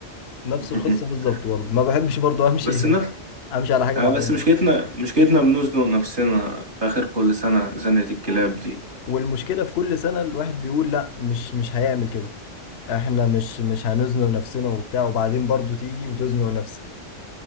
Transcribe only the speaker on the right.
<laughs>
بس
الناس
آه
بس مشكلتنا مشكلتنا بنزنق نفسنا في آخر كل سنة زنقة الكلاب دي